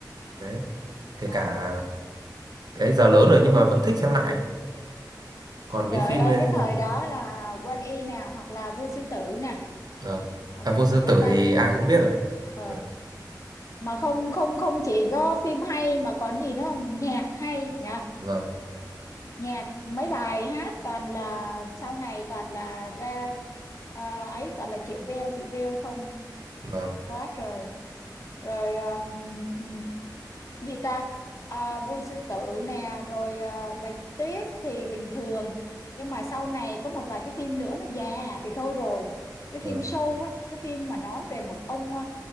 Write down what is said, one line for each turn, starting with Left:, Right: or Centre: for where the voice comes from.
Right: Đấy. Kể
Left: à
Right: cả cái giờ lớn rồi nhưng mà vẫn thích xem lại còn với
Left: trời
Right: phim
Left: ơi
Right: ờ,
Left: cái thời đó là Quan Y nè hoặc là Vua Sư Tử nè
Right: vâng
Left: hoặc
Right: à,
Left: là
Right: vua
Left: gì
Right: sư
Left: nữa
Right: tử
Left: ta
Right: thì ai cũng biết rồi
Left: ờ
Right: vâng
Left: mà không không không chỉ có phim hay mà còn gì nữa không nhạc hay nhỉ
Right: vâng
Left: nhạc mấy bài hát toàn là sau này toàn là ra ờ, ấy toàn là chịu veo chịu veo không
Right: vâng
Left: quá trời rồi ừm, ừm, cái gì ta Ờ, vua sư tử nè rồi ờ, bạch tuyết thì bình thường nhưng mà sau này có một vài cái phim nữa nó già thì thôi rồi cái
Right: vâng
Left: phim show đó cái phim mà nói về một ông ờ,